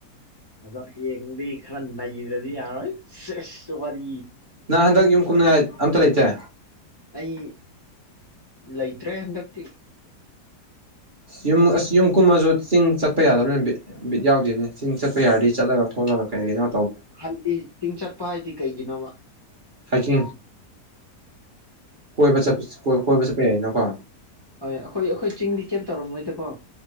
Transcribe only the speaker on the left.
ꯑꯗ ꯍꯌꯦ ꯗꯤ ꯈꯔ ꯅꯏꯗ꯭ꯔꯗꯤ ꯌꯥꯔ ꯍꯣꯏ ꯁꯤꯁ ꯋꯥꯔꯤ
ꯑꯩ ꯂꯩꯇ꯭ꯔꯦ ꯍꯟꯗꯛꯇꯤ꯫
<unintelligible> ꯆꯤꯡ ꯆꯠꯄ ꯍꯥꯏꯗꯤ ꯀꯩꯒꯤꯅꯣꯕꯥ?
ꯍꯣꯏ ꯑꯩꯈꯣꯏ - ꯑꯩꯈꯣꯏ ꯆꯤꯡꯗꯤ ꯀꯩꯝ ꯇꯧꯔꯝꯃꯣꯏꯗꯀꯣ꯫